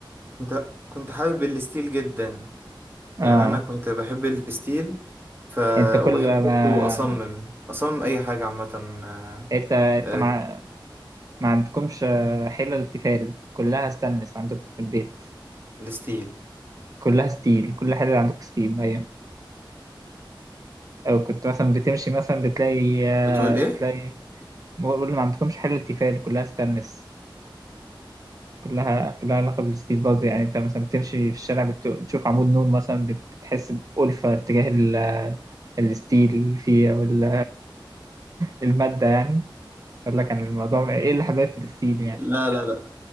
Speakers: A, on the right; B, on the right.
A: كنت كنت حابب الستيل جدا
B: آه،
A: يعني انا كنت بحب الستيل ف
B: أنت كل
A: وبحب برضه
B: ما
A: اصمم اصمم اي حاجه عامه آه،
B: أنت أنت
A: آه،
B: ما ما عندكمش آه، حلل تيفال كلها ستانلس عندكم في البيت
A: الستيل
B: كلها ستيل كل حلل عندكم ستيل أيوة أو كنت مثلا بتمشي مثلا بتلاقي آه،
A: بتقول ايه
B: بتلاقي بقول ما عندكمش حلل تيفال كلها ستانلس كلها كلها علاقة بالستيل برضه يعني أنت مثلا بتمشي في الشارع بت- بتشوف عمود نور مثلا بت- بتحس بألفة تجاه ال- الستيل اللي فيه أو ال- المادة يعني قال لك عن الموضوع ايه اللي حبايب فلسطين يعني
A: لا لا لا